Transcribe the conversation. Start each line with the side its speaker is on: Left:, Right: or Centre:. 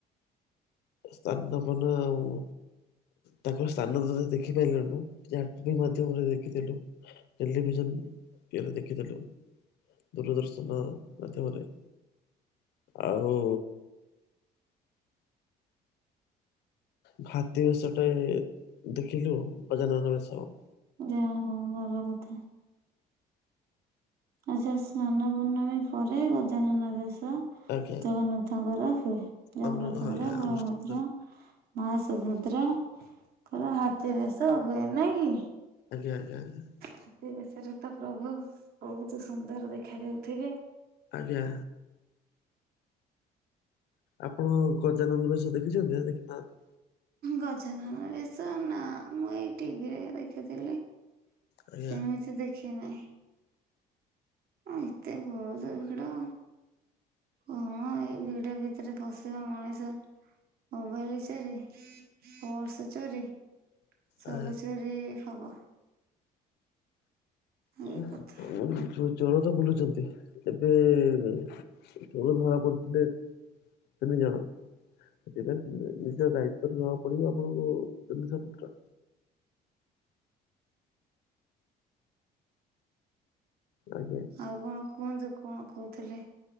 Left: ସ୍ନାନପୂର୍ଣ୍ଣିମା ଆଉ ତାଙ୍କର ସ୍ଥାନ <unintelligible> ଦେଖିପାରିଲୁନୁ <unintelligible> ମାଧ୍ୟମରେ ଦେଖିଦେଲୁ। ଟେଲିଭିଜନ ଇଏରେ ଦେଖିଦେଲୁ ଦୂରଦର୍ଶନ ମାଧ୍ୟମରେ। ଆଉ ଭାତି ବେଶଟେ ଦେଖିଲୁ ଗଜାନନ ବେଶ ଆଉ
Right: ଯା ହୋଉ ଭଲ କଥା। ଆଚ୍ଛା ସ୍ନାନ ପୂର୍ଣ୍ଣମୀ ପରେ ଗଜାନନ ବେଶ।
Left: ଆଜ୍ଞା
Right: ଜଗନ୍ନାଥଙ୍କର ହୁଏ ଜଗନ୍ନାଥଙ୍କର
Left: ଅନୁ ହଁ ଆଜ୍ଞା
Right: ବଳଭଦ୍ର
Left: ଅନୁଷ୍ଠାନ
Right: ମା ସୁଭଦ୍ରା ଙ୍କର ହାତୀ ବେଶ ହୁଏ ନାଇଁ କି।
Left: ଆଜ୍ଞା ଆଜ୍ଞା ଆଜ୍ଞା।
Right: ହାତୀ ବେଶରେ ତ ପ୍ରଭୁ ବୋହୁତୁ ସୁନ୍ଦର ଦେଖାଯାଉଥିବେ।
Left: ଆଜ୍ଞା। ଆପଣ ଗଜାନନ ବେଶ ଦେଖିଛନ୍ତି ନା ଦେଖିନାହାନ୍ତି।
Right: ଗଜାନନ ବେଶ ନା ମୁଁ ଏଇ ଟିଭିରେ ଦେଖିଥିଲି।
Left: ଆଜ୍ଞା
Right: ସେମିତି ଦେଖିନାହିଁ। ଅଁ ଏତେ ବୋହୁତୁ ଭିଡ଼। କଣ ଏଇ ଭିଡି ଭିତରେ ପଶିବ ମଣିଷ। ମୋବାଇଲି ଚୋରି ପର୍ସ ଚୋରି ସବୁ
Left: ଆ
Right: ଚୋରି ହବ।
Left: <unintelligible>
Right: ଏ କଥା
Left: ଚୋରୋ ତ ବୁଲୁଛନ୍ତି ଏବେ କେତେ ଜଣ ଧରା ପଡିଥିଲେ। ତିନି ଜଣ। ସେଥିପାଇଁ ନିଜ ଦାୟିତ୍ୱରେ ନବାକୁ ପଡିବ ଆପଣଙ୍କୁ ଜିନିଷ ପତ୍ର। ଆଜ୍ଞା।
Right: ଆଉ କଣ କୁହନ୍ତୁ କଣ କୋହୁଥୁଲେ।